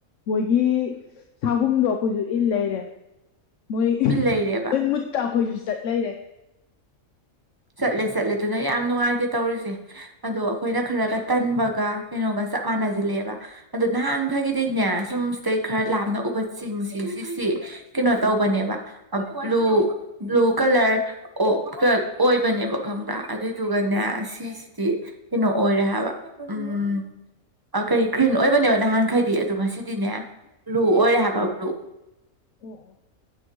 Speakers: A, on the left; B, on the right.
A: ꯃꯣꯏꯒꯤ ꯁꯥꯍꯨꯝꯗꯣ ꯑꯩꯈꯣꯏꯁꯨ ꯏꯜ ꯂꯩꯔꯦ ꯃꯣꯏ
B: ꯏꯜ ꯂꯩꯔꯦꯕ
A: ꯃꯣꯏ ꯃꯨꯠꯇ ꯑꯩꯈꯣꯏꯁꯨ ꯆꯠ ꯂꯩꯔꯦ
B: ꯆꯠꯂꯦ ꯆꯠꯂꯦ ꯑꯗꯨꯅ ꯌꯥꯝ ꯅꯨꯡꯉꯥꯏꯇꯦ ꯇꯧꯔꯤꯁꯦ ꯑꯗꯣ ꯑꯩꯈꯣꯏꯅ ꯈꯔꯒ ꯇꯟꯕꯒ ꯀꯩꯅꯣꯒ ꯆꯞ ꯃꯥꯟꯅꯁꯤꯜꯂꯑꯦꯕ ꯑꯗꯨꯗ ꯅꯍꯥꯟꯈꯒꯤꯗꯤꯅꯦ ꯁꯨꯝ ꯁꯤꯗꯩ ꯈꯔ ꯂꯥꯞꯅ ꯎꯕ ꯆꯤꯡꯁꯤ ꯁꯤꯁꯤ ꯀꯩꯅꯣ ꯇꯧꯕꯅꯦꯕ
A: ꯎꯝ
B: ꯕ꯭ꯂꯨ ꯕ꯭ꯂꯨ ꯀꯂꯔ ꯑꯣ ꯑꯣꯏꯕꯅꯦꯕ ꯈꯪꯕ꯭ꯔꯥ ꯑꯗꯨꯏꯗꯨꯒꯅꯦ ꯁꯤꯁꯤꯗꯤ ꯀꯩꯅꯣ ꯑꯣꯏꯔꯦ ꯍꯥꯏꯕ ꯎꯝ ꯀꯔꯤ ꯒ꯭ꯔꯤꯟ ꯑꯣꯏꯕꯅꯦꯕ ꯅꯍꯥꯟꯈꯩꯗꯤ ꯑꯗꯣ ꯉꯁꯤꯗꯤꯅꯦ ꯕ꯭ꯂꯨ ꯑꯣꯏꯔꯦ ꯍꯥꯏꯕ ꯕ꯭ꯂꯨ
A: ꯑꯣ ꯑꯣ